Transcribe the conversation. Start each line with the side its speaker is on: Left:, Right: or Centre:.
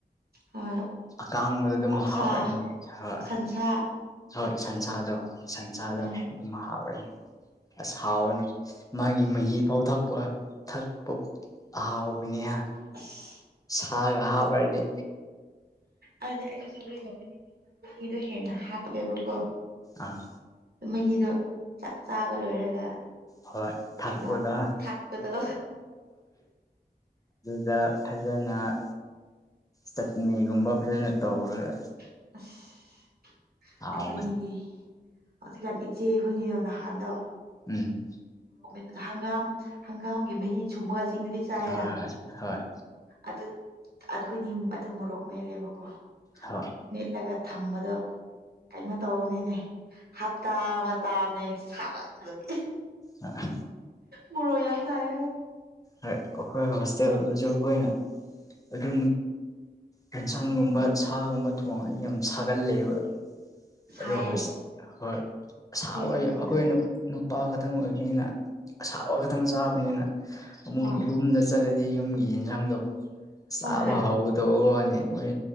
Right: ꯍꯣꯏ
Left: ꯑꯀꯥꯡꯕꯗ ꯑꯗꯨꯝ
Right: ꯑꯣꯛꯁꯥ
Left: ꯍꯥꯞꯂꯅꯤ ꯍꯣꯏ
Right: ꯁꯟꯁꯥ
Left: ꯍꯣꯏ ꯁꯟꯁꯥꯗꯣ ꯍꯣꯏ ꯁꯟꯁꯥꯗꯣ
Right: ꯎꯝ
Left: ꯑꯗꯨꯝ ꯍꯥꯎꯔꯦꯅꯦ ꯑꯁ ꯍꯥꯎꯋꯅꯤ ꯃꯥꯒꯤ ꯃꯍꯤ ꯐꯥꯎ ꯊꯛꯄ ꯊꯛꯄ ꯑꯍꯥꯎꯕꯅꯤꯅ
Right: ꯑꯁ
Left: ꯁꯥꯛꯒꯍ ꯄꯗꯤ
Right: ꯑꯗꯨꯗꯤ ꯑꯩꯁꯨꯦ ꯁꯒꯩ ꯊꯒꯅꯤ ꯀꯤꯗꯣ ꯍꯦꯟꯅ ꯍꯥꯞꯄꯦꯕꯀꯣ
Left: ꯑꯥ
Right: ꯃꯍꯤꯗꯣꯥꯛ ꯆꯥꯕ ꯂꯣꯏꯔꯒ
Left: ꯍꯣꯏ ꯊꯛꯄꯗ
Right: ꯀꯩꯅꯩꯅꯣ ꯊꯥꯛꯄ ꯇꯣ
Left: ꯗ ꯐꯖꯅ ꯆꯠꯅꯤꯒꯨꯝꯕ ꯐꯖꯅ ꯇꯧꯔꯒ
Right: ꯑꯁ
Left: ꯍꯥꯎꯕꯅꯤ
Right: ꯑꯩꯈꯣꯏꯅꯤꯗꯤ ꯍꯧꯖꯤꯛꯀꯥꯟ ꯏꯆꯦ ꯑꯩꯈꯣꯏꯅꯤꯗꯣ ꯅꯍꯥꯟꯗꯣ
Left: ꯎꯝ
Right: ꯑꯗ ꯍꯪꯒꯥꯝ ꯍꯪꯒꯥꯝꯒꯤ ꯃꯍꯤ ꯁꯨꯝꯃꯒ ꯆꯤꯡꯗꯨꯗꯤ ꯆꯥꯏꯌꯦꯅ
Left: ꯍꯣꯏ ꯍꯣꯏ ꯍꯣꯏ
Right: ꯑꯗꯨ ꯑꯈꯣꯏꯅꯤ ꯑꯗꯨ ꯃꯣꯔꯣꯛ ꯃꯦꯠꯂꯦꯕꯀꯣ
Left: ꯍꯣꯏ
Right: ꯃꯦꯠꯂꯒ ꯊꯝꯕꯗꯣ ꯀꯩꯅꯣ ꯇꯧꯅꯤꯅꯦ ꯍꯞꯇꯥ ꯃꯆꯥ ꯑꯃꯅꯦ ꯁꯥꯕꯠꯒꯤ
Left: ꯍꯣꯏ
Right: ꯃꯣꯔ ꯌꯥꯅ ꯆꯥꯏ
Left: ꯣꯏ ꯑꯩꯈꯣꯏ ꯍꯣꯁꯇꯦꯜꯗꯁꯨ ꯑꯩꯈꯣꯏꯅ ꯑꯗꯨ ꯑꯦꯦꯟꯁꯥꯡꯒꯨꯝꯕ
Right: ꯎꯝ
Left: ꯁꯥꯒꯨꯝꯕ ꯊꯣꯡꯉꯅꯤ ꯌꯥꯝ ꯁꯥꯒꯠꯂꯦꯕ
Right: ꯁꯥꯏꯌꯦ
Left: ꯑ ꯍ ꯍꯣꯏ ꯁꯥꯕ
Right: ꯑꯗꯨꯏ
Left: ꯑꯩꯈꯣꯏ
Right: ꯐꯩꯌꯦꯅ ꯑ
Left: ꯅꯨꯄꯥ ꯈꯛꯇ ꯈꯤꯇꯪ ꯑꯣꯏꯕꯅꯤꯅ ꯑꯁꯥꯕ ꯈꯛꯇꯪ ꯆꯥꯕꯅꯤꯅ ꯑꯃꯨꯛ
Right: ꯍꯣꯏ
Left: ꯌꯨꯝꯗ ꯆꯠ ꯈꯂꯗꯤ ꯌꯨꯝꯒꯤ ꯌꯦꯟꯁꯥꯡꯗꯣ ꯆꯥꯕ
Right: ꯍꯣꯏ
Left: ꯍꯧꯗꯣꯅꯤ ꯃꯣꯏ